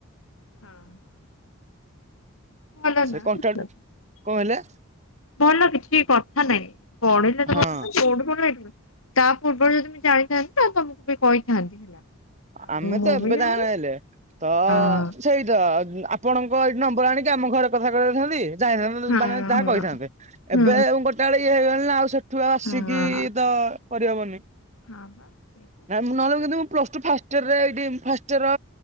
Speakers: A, on the left; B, on the right.
A: ହଁ। ଭଲ
B: ସେ
A: ନା
B: କନ୍ଟ୍ରାକ୍ଟ,
A: ଝିଅ
B: କଣ ହେଲା?
A: ଭଲ କିଛି କଥା ନାଇଁ ପଢିଲେ ତ
B: ହଁ
A: ଭଲ ଯୋଉଠି ପଢ଼ିବ <unintelligible> ତା ପୂର୍ବରୁ ଯଦି ମୁ ଜାଣିଥାନ୍ତି, ତ ତମକୁ ବି କହିଥାନ୍ତି। ଆଉ
B: ଆମେ
A: ମୁଁ
B: ତ ଏବେ
A: ବି ଜାଣିନି
B: ଜାଣେଲେ ତ
A: ହଁ
B: ସେଇ ତ ଆପଣଙ୍କ ଏଇଠି ନମ୍ବର ଆଣିକି ଆମ ଘରେ କଥା କଦେଇଥାନ୍ତି। ଯାଇଥାନ୍ତେ
A: ହଁ
B: ମାନେ ଯାହା
A: ହଁ
B: କହିଥାନ୍ତେ,
A: ହୁଁ
B: ଏବେ ଗୋଟେ ଆଡେ ଇଏ ହେଇଗଲିଣି ନା ଆଉ ସେ ସେଠୁ ଆଉ ଆସିକି
A: ହଁ।
B: ତ କରିହବନି,
A: ହଁ ବା ସେଇଟା
B: ନାଇଁ ମୁଁ ନହେଲେ ମୁଁ ଯଦି ପ୍ଲସଟୁ ଫାଷ୍ଟ ଇୟର ଏଇଠି ଫାଷ୍ଟ ଇୟର